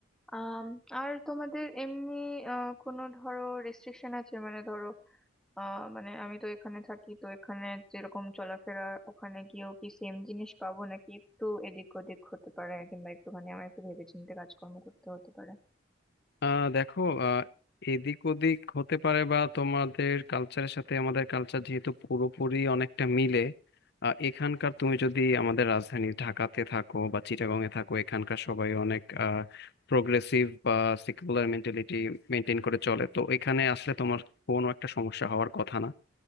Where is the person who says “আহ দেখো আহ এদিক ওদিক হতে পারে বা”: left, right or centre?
Left